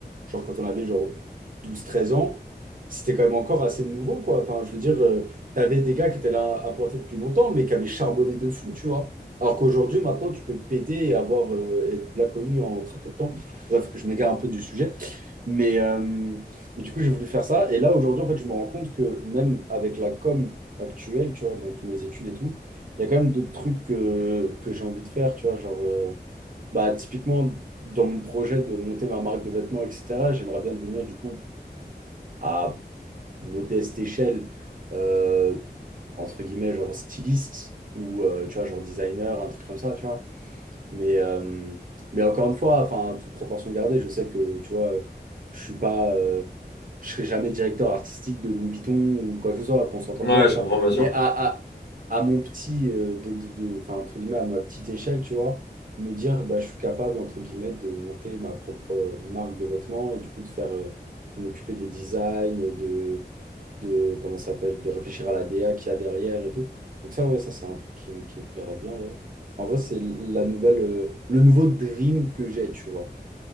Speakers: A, on the right; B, on the left.
A: genre, quand on avait genre douze, treize ans, c'était quand même encore assez nouveau, quoi. Enfin, je veux dire, euh, t'avais des gars qui étaient là à planter depuis longtemps, mais qui avaient charbonné de fou, tu vois. Alors qu'aujourd'hui, maintenant, tu peux péter et avoir, euh, être là connu en très peu de temps. Bref, je m'égare un peu du sujet. Mais, euh, mais du coup, j'ai voulu faire ça. Et là, aujourd'hui, en fait, je me rends compte que même avec la com actuelle, tu vois, donc mes études et tout, il y a quand même d'autres trucs que, que j'ai envie de faire, tu vois, genre, euh, bah, typiquement, dans mon projet de monter ma marque de vêtements, etc., j'aimerais bien devenir, du coup, à modeste échelle, euh, entre guillemets, genre styliste ou, euh, tu vois, genre designer, un truc comme ça, tu vois. Mais, euh, mais encore une fois, enfin, toute proportion gardée, je sais que, tu vois, je suis pas, euh, je serai jamais directeur artistique de Louis Vuitton ou quoi que ce soit, qu'on s'entende
B: Ouais,
A: bien, tu
B: je comprends,
A: vois.
B: bien sûr.
A: Mais à, à, à mon petit, euh, de, de, de- enfin, entre guillemets, à ma petite échelle, tu vois, me dire, bah, je suis capable, entre guillemets, de monter ma propre marque de vêtements et du coup, de faire, euh, m'occuper des designs, de de comment ça s'appelle, de réfléchir à la DA qu'il y a derrière et tout. Donc ça, ouais, ça c'est un truc qui, me- qui me plairait bien, ouais. En vrai, c'est la nouvelle, euh, le nouveau dream que j'ai, tu vois.